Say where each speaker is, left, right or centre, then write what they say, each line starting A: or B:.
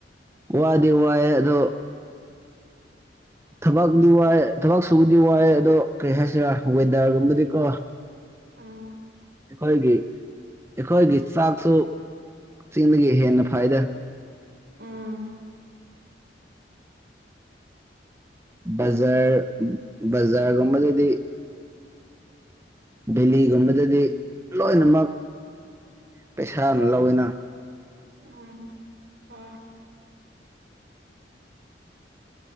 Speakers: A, on the right; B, on the right.
A: ꯋꯥꯗꯤ ꯋꯥꯑꯦ ꯑꯗꯣ ꯊꯕꯛꯗꯤ ꯋꯥꯏ ꯊꯕꯛ ꯁꯨꯕꯗꯤ ꯋꯥꯏ ꯑꯗꯣ ꯀꯔꯤ ꯍꯥꯏꯁꯤꯔꯥ ꯋꯦꯗꯔꯒꯨꯝꯕꯗꯤꯀꯣ
B: ꯎꯝ
A: ꯑꯩꯈꯣꯏꯒꯤ ꯑꯩꯈꯣꯏꯒꯤ ꯆꯥꯛꯁꯨ ꯆꯤꯡꯗꯒꯤ ꯍꯦꯟꯅ ꯐꯥꯏꯗ
B: ꯎꯝ
A: ꯕꯖꯥꯔ ꯕꯖꯥꯔꯒꯨꯝꯕꯗꯗꯤ ꯚꯦꯂꯤꯒꯨꯝꯕꯗꯗꯤ ꯂꯣꯏꯅꯃꯛ ꯄꯩꯁꯥꯅ ꯂꯧꯋꯅ
B: ꯎꯝ ꯍꯣꯏ